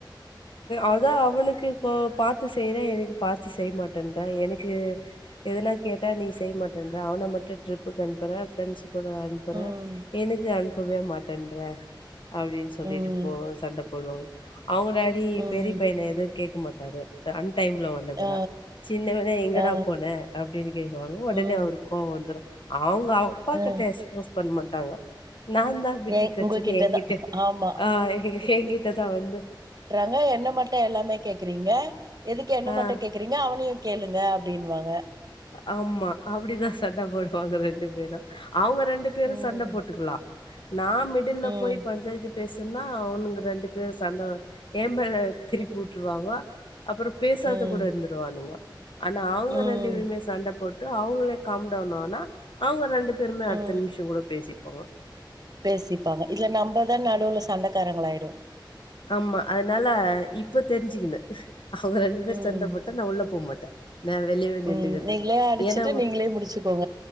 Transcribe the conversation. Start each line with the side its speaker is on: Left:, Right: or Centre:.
Left: அதா அவனுக்கு கோ பாத்து செய்றே எனக்கு பாத்து செய்ய மாட்டேன்ற எனக்கு எதனா கேட்டா நீ செய்ய மாட்டேன்ற அவன மட்டு ட்ரிப்புக்கு அனுப்புற ஃப்ரெண்ட்ஸ் கூட அனுப்புற
Right: ம்
Left: எனுக்கு அனுப்பவே மாட்டேன்ற அப்டின் சொல்லிட்டு
Right: ம்
Left: போ சண்ட போடுவாங்க அவுங்க டா டி
Right: ம்
Left: பெரிய பையன எதுவு கேக்க மாட்டாரு அன் டைம்ல வந்தா கூட
Right: ஆ
Left: சின்னவன எங்கடா
Right: ஆ
Left: போன அப்டின்னு கேக்குவாங்கோ ஒடனே
Right: ம்
Left: அவருக்கு கோவொ வந்துரு அவுங்க அவங் அப்பா
Right: ஆ
Left: கிட்ட எக்ஸ்போஸ் பண்ணமாட் நான் தான் பிட்டி
Right: ஏ
Left: கச்சின்
Right: உங்ககிட்டதா
Left: எங்கிட்ட
Right: ஆமா
Left: ஆ எங்ககி எங்கிட்டதா வந்து
Right: ஏன் என்ன மட்டு எல்லாமே கேக்குறீங்க எதுக்கு என்ன
Left: ஆ
Right: மட்டு கேக்குறீங்க அவனயு கேளுங்க அப்டின்னுவாங்க
Left: ஆம்மா அப்டிதா சண்ட போடுவாங்க ரெண்டு பேரு அவுங்க ரெண்டு பேரு
Right: ம்
Left: சண்ட போட்டுக்லா நா மிடில்ல
Right: ம்
Left: போய் பஞ்சாயத்து பேசுன்னா அவுனுங்க ரெண்டு பேரு சண்ட ஏமேல திருப்பி வுட்டுருவாங்கோ அப்பறம் பேசாத
Right: ம்
Left: கூட இருந்துருவானுங்கோ ஆனா அவுங்க
Right: ம்
Left: ரெண்டு பேருமே சண்டை போட்டு அவுங்களே காம்டவுன் ஆனா அவுங்க ரெண்டு பேருமே அடுத்த
Right: ம்
Left: நிம்ஷங் கூட பேசிப்பாங்கோ
Right: பேசிப்பாங்க இதுல நம்பதான் நடுவுல சண்டக்காரங்களாயிடுவோ
Left: ஆமா அதனால இப்ப தெரிஞ்சுக்கினு அவுங்க ரெண்டு பேர்
Right: ம்
Left: சண்ட போட்டா நா உள்ள போ மாட்ட நா வெளியவே நிண்டுகறது
Right: ம் நீங்களே அடிச்சுட்டு
Left: ஏன்னா
Right: நீங்களே முடிச்சுக்கோங்க